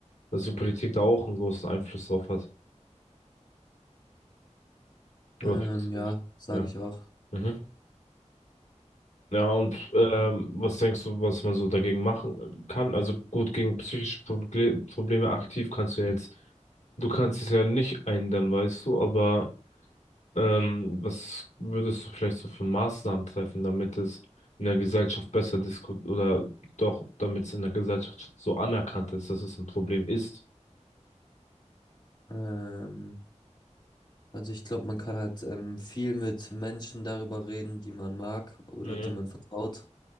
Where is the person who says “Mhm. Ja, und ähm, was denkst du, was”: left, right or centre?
Left